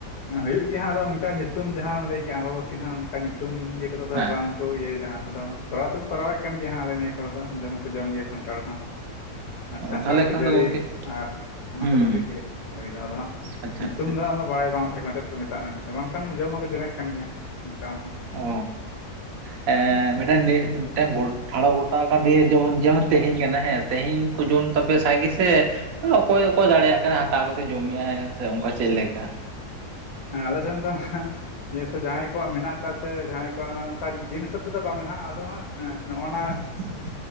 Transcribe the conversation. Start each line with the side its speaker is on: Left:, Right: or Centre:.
Left: ᱦᱩᱭᱩᱜ ᱜᱮᱭᱟ ᱦᱟᱸᱜ ᱟᱫᱚ ᱚᱱᱠᱟ ᱧᱩᱛᱩᱢ ᱡᱟᱦᱟᱸᱢ ᱞᱟᱹᱭ ᱠᱮᱜᱼᱟ ᱟᱢᱵᱟᱵᱚᱛᱤ ᱦᱟᱸᱜ ᱚᱱᱠᱟ ᱧᱩᱛᱩᱢ ᱤᱭᱟᱹ ᱠᱟᱛᱮᱫ ᱫᱚ
Right: ᱦᱮᱸ
Left: ᱦᱟᱸᱜ ᱵᱟᱝ᱾ ᱠᱚ ᱤᱭᱟᱹᱭ ᱫᱟ ᱦᱟᱸᱜ, ᱟᱫᱚ ᱠᱚᱨᱟᱣ ᱫᱚᱠᱚ ᱠᱚᱨᱟᱣᱮᱫ ᱠᱟᱱ ᱜᱮᱭᱟ ᱦᱟᱸᱜ ᱟᱞᱮ ᱱᱤᱭᱟᱹ ᱠᱚᱨᱮ ᱫᱚ ᱡᱚᱢ ᱦᱚᱸᱠᱚ ᱡᱚᱢ ᱜᱮᱭᱟ ᱠᱟᱱᱴᱷᱟᱲ ᱦᱚᱸ᱾ ᱠᱷᱟᱱᱴᱷᱟᱲ
Right: ᱛᱟᱦᱚᱞᱮ
Left: ᱠᱷᱟᱹᱡᱟᱹᱲᱤ
Right: ᱠᱷᱟᱱ ᱫᱚ ᱜᱚᱝᱠᱮ
Left: ᱟᱨ ᱚᱱᱟ
Right: ᱦᱩᱸ
Left: ᱠᱚᱫᱚ ᱦᱩᱭᱩᱜ ᱜᱮᱭᱟ ᱦᱳᱭ ᱫᱚ ᱟᱫᱚ
Right: ᱟᱪᱪᱷᱟ
Left: ᱧᱩᱛᱩᱢ
Right: ᱟᱪᱪᱷᱟ
Left: ᱫᱚ ᱟᱫᱚ ᱵᱟᱲᱟᱭ ᱵᱟᱝ ᱛᱟᱦᱮᱸ ᱠᱟᱱᱟ ᱪᱮᱫ ᱠᱚ ᱢᱮᱛᱟᱜ-ᱟ ᱢᱮᱱᱛᱮ, ᱵᱟᱝᱠᱷᱟᱱ ᱡᱚᱢ ᱢᱟᱠᱚ ᱡᱚᱢᱮᱫ ᱠᱟᱱ ᱜᱮᱭᱟ ᱚᱱᱠᱟ ᱢᱟ ᱦᱟᱸᱜ᱾
Right: ᱚ ᱮᱸᱻ ᱢᱤᱫᱴᱟᱝ ᱢᱤᱫᱴᱮᱝ ᱴᱷᱟᱲᱚ ᱜᱚᱴᱟ ᱠᱟᱱ ᱫᱤᱭᱮ ᱡᱮᱢᱚᱱ ᱡᱮᱢᱚᱱ ᱛᱮᱦᱮᱧ ᱠᱟᱱᱟ ᱦᱮᱸ ᱛᱮᱦᱮᱧ ᱠᱚ ᱡᱚᱢ ᱛᱟᱯᱮᱭᱟ ᱥᱟᱸᱜᱮ ᱥᱮ ᱚᱠᱚᱭ ᱚᱠᱚᱭ ᱫᱟᱲᱮᱭᱟᱜ ᱠᱟᱱᱟᱭ ᱦᱟᱛᱟᱣ ᱠᱟᱛᱮ ᱡᱚᱢᱮᱫ-ᱟᱭ ᱥᱮ ᱚᱝᱠᱟ ᱪᱮᱫ ᱞᱮᱠᱟ?
Left: ᱦᱮᱸ ᱟᱞᱮ ᱥᱮᱱ ᱫᱚ ᱡᱮᱦᱮᱛᱩ ᱡᱟᱦᱟᱸᱭ ᱠᱚᱣᱟᱜ ᱢᱮᱱᱟᱜ ᱟᱠᱟᱫ ᱥᱮ ᱡᱟᱦᱟᱸᱭ ᱠᱚᱣᱟᱜ ᱚᱱᱠᱟ ᱫᱤᱱ ᱦᱤᱥᱟᱹᱵ ᱛᱮᱫᱚ ᱵᱟᱝᱟ ᱦᱟᱸᱜ ᱟᱫᱚ ᱦᱟᱸᱜ ᱱᱚᱜ-ᱚ ᱱᱟ
Right: <inaudible>